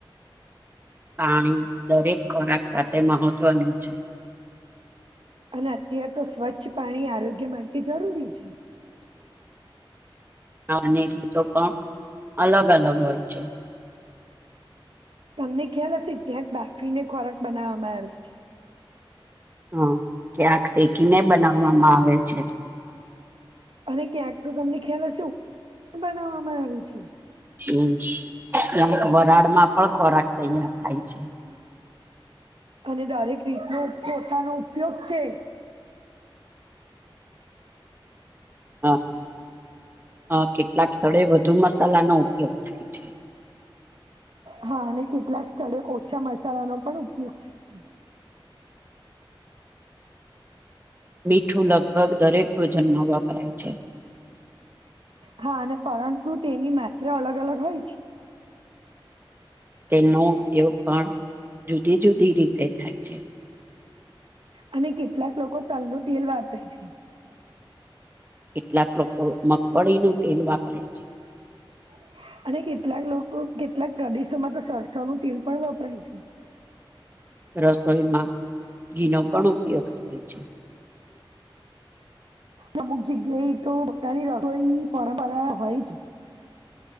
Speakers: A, on the right; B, on the right.
A: પાણી દરેક ખોરાક સાથે મહત્વનું છે.
B: અને અત્યાર તો સ્વચ્છ પાણી આરોગ્ય માટે જરૂરી છે.
A: <unintelligible> રીતો પણ અલગ-અલગ હોય છે.
B: તમને ખ્યાલ હશે ક્યાંક બાફીને ખોરાક બનાવવામાં આવે છે.
A: હા, ક્યાંક શેકીને બનાવવામાં આવે છે.
B: અને ક્યાંક તો તમને ખ્યાલ હશે બનાવવામાં આવે છે.
A: હમ્મ. ક્યાંક વરાળમાં પણ ખોરાક તૈયાર થાય છે.
B: અને દરેક રીતનો પોતાનો ઉપયોગ છે.
A: હા, હા, કેટલાક સ્થળે વધુ મસાલા નો ઉપયોગ થાય છે.
B: હા, અને કેટલાક સ્થળે ઓછા મસાલાનો પણ ઉપયોગ થાય છે.
A: મીઠું લગભગ દરેક ભોજનમાં વપરાય છે.
B: હા, અને પરંતુ તેની માત્રા અલગ-અલગ હોય છે.
A: તેનો ઉપયોગ પણ જુદી-જુદી રીતે થાય છે.
B: અને કેટલાક લોકો તલનું તેલ વાપરે છે.
A: કેટલાક લોકો મગફળીનું તેલ વાપરે છે.
B: હ. અને કેટલાક લોકો કેટલાક પ્રદેશોમાં તો સરસવનું તેલ પણ વપરાય છે.
A: રસોઈમાં ઘીનો પણ ઉપયોગ થાય છે.
B: અમુક જગ્યાએ ઈતો પોતાના રસોઈની પરંપરા હોય